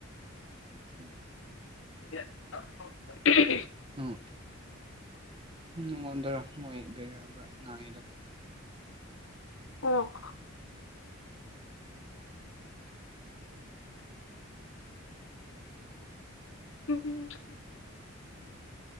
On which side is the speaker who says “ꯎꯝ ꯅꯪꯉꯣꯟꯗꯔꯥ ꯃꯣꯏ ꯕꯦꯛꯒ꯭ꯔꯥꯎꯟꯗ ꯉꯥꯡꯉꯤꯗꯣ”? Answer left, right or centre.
Right